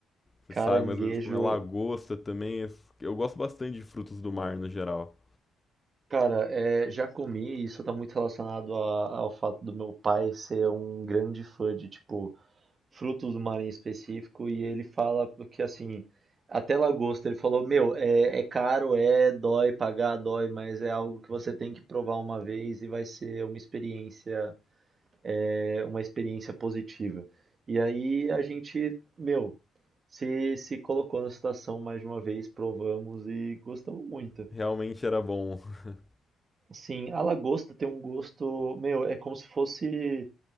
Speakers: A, on the left; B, on the right.
A: Você
B: caranguejo.
A: sabe mais ou menos como é lagosta também. es- Eu gosto bastante de frutos do mar no geral.
B: Cara, é, já comi, e isso tá muito relacionado a- ao fato do meu pai ser um grande fã de, tipo, frutos do mar em específico, e ele fala porque assim, até lagosta, ele falou, meu, é, é caro, é, dói, pagar dói, mas é algo que você tem que provar uma vez e vai ser uma experiência, é, uma experiência positiva. E aí a gente, meu, se, se colocou na situação mais de uma vez, provamos e gostamos muito.
A: Realmente era bom. <laughs>
B: Sim, a lagosta tem um gosto, meu, é como se fosse,